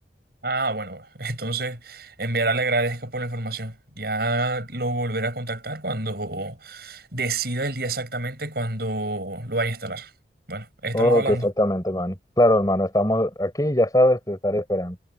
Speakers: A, on the right; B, on the left.
A: Ah, bueno, <laughs> entonces en verdad le agradezco por la información. Ya lo volveré a contactar cuando decida el día exactamente cuando lo vaya a instalar. Bueno, estamos
B: Ok,
A: hablando.
B: exactamente, hermano. Claro, hermano, estamos aquí, ya sabes, te estaré esperando.